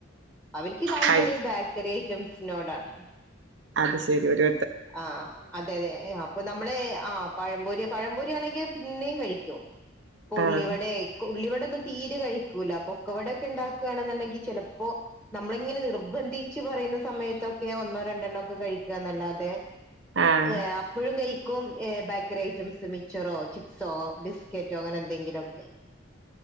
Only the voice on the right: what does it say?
കഴി
അത് ശരി ഒരു
ആഹ്
ആഹ്